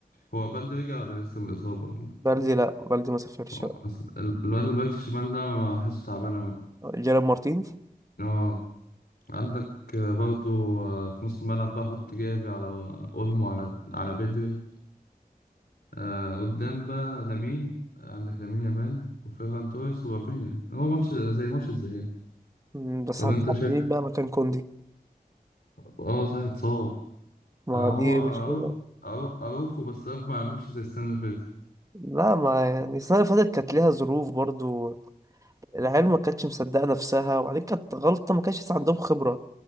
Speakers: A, on the left (about 80°); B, on the right (about 20°).
A: هو بلدي رجع ولا لسه من الإصابة؟
B: بلدي لا بلدي ما سافرش
A: آه، أصل ال- الواد الباك الشمال ده ما حاسه تعبان أوي
B: جيرارد مارتين
A: آه عندك آه، برضو آه، في نص الملعب بقى حط جافي على اولمو على على بدري آه، قدام بقى لامين آه، عندك لامين يامال وفيران توريس ورافينيا هو ماتش زي ماتش الذهاب
B: مم، بس
A: ولا
B: هتلعب
A: انت شايف
B: مين بقى مكان كوندي
A: اه صح اتصاب
B: ما
A: آه، هو
B: دي
A: اروخ
B: مشكلة
A: أرو- اروخو بس أروخو ما عملش زي السنه اللي فاتت
B: لا ما يعني السنة اللي فاتت كانت ليها ظروف برضو العيال ما كانتش مصدقة نفسها وبعدين كانت غلطة ما كانش لسه عندهم خبرة